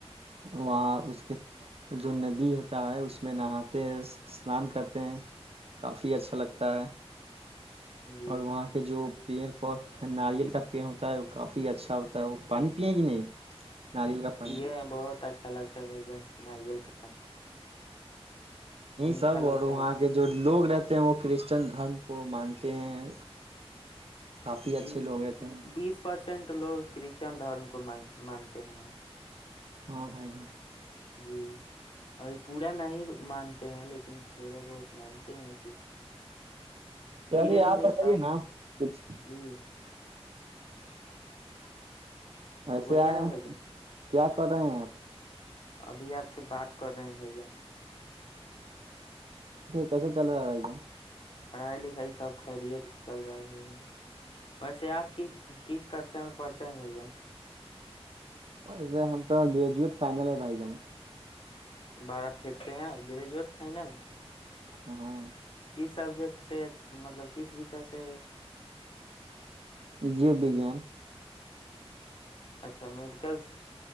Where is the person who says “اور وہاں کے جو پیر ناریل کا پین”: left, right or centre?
Right